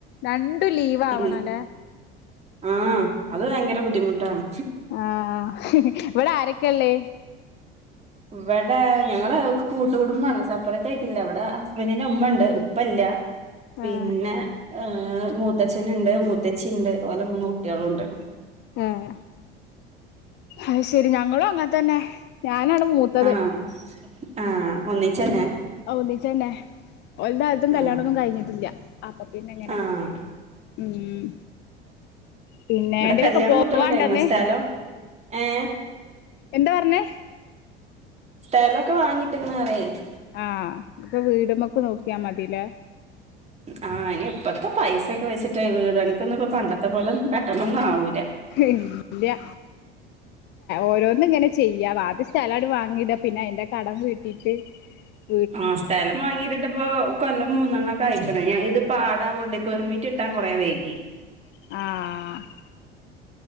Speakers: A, on the left; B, on the right.
A: രണ്ടും ലീവ് ആവണല്ലേ
B: ഇല്ല. ആഹ് അത് ഭയങ്കര ബുദ്ധിമുട്ടാണ്.
A: ആഹ് ഇവിടെ ആരൊക്കെയുള്ളേ?
B: ഇവിടെ ഞങ്ങള് കൂട്ട് കുടുംമ്പാണ് സപ്പറേറ്റ് ആയിട്ടില്ല ഇവിടെ ഹസ്ബൻഡിന്റെ ഉമ്മ ഉണ്ട് ഉപ്പഇല്ല. പിന്നെ
A: ആഹ്
B: ഏഹ് മൂത്തച്ഛനുണ്ട് മൂത്തച്ചി ഇണ്ട് ഓരുടെ മൂന്ന് കുട്ടികളുണ്ട്.
A: ഏഹ് അത് ശെരി ഞങ്ങളും അങ്ങനെ തന്നെ ഞാനാണ് മൂത്തത്-
B: ആഹ് ആഹ് ഒന്നിച്ചന്നെ.
A: ആഹ് ഒന്നിച്ചന്നെ ഓരുടെ ആരുടെയും കല്യാണോന്നും
B: ആഹ്
A: കഴിഞ്ഞിട്ടില്ല അപ്പൊ പിന്നെ ഇങ്ങനെ-
B: ആഹ്
A: ഉം... പിന്നെ
B: ഇവിടെ
A: ഏണ്ടേലൊക്കെ
B: കല്യാണം
A: പോവാണ്ടന്ന്
B: കുട്ടികളൊക്കെ കഴിഞ്ഞു സ്ഥലം ഏഹ്-
A: എന്താ പറഞ്ഞേ?
B: സ്ഥലോക്ക വാങ്ങിട്ട്ക്ക്ണുപറയേ -
A: ആഹ് അപ്പോ വീടുമ്മേക്ക് നോക്കിയാ മതിലെ-
B: ആഹ് അയിന് ഇപ്പോത്തെ പൈസൊക്കെ വെച്ചിട്ട് വീട് പണിക്കൊന്നും ഇപ്പോ പണ്ടത്തെ പോലെ പെട്ടന്നൊന്നും ആവൂല്ല.
A: ഏഹ് ഇല്ല. ഓരോന്നും ഇങ്ങനെ ചെയ്യാ ആദ്യ സ്ഥലമായി വാങ്ങീട്ട് പിന്നെ അതിന്റെ കടം വീട്ടീട്ട്- <unintelligible>
B: ആഹ് സ്ഥലം വാങ്ങിയിട്ട്- ഇപ്പോ കൊല്ലം മൂന്നണ്ണോക്കാ യിക്കണ് ഇത് പാടാവോണ്ടെ പെർമിറ്റ് കിട്ടാൻ കൊറേ വൈകി.
A: ആഹ് ആഹ്